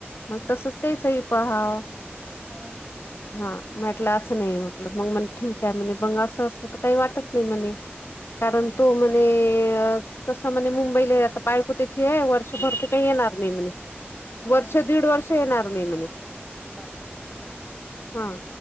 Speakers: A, on the left; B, on the right.
A: मग
B: हा
A: तसच तेचही पहाव
B: हो ना
A: हा म्हटलं असं नाही मग मग म ठीक आहे म्ह बंग असं असलं तर काही वाटत नाही म्हणे कारण
B: हो ना
A: तो म्ह. आणि कसं म्हणे मुंबईलाता बायको त्याची आहे वर्षभर तर काही येणार नाही म्हणे
B: हो
A: वर्ष
B: ना
A: दीड
B: मग
A: वर्ष
B: काय
A: येणार नाही म्हणे,
B: बापा बापा
A: हा.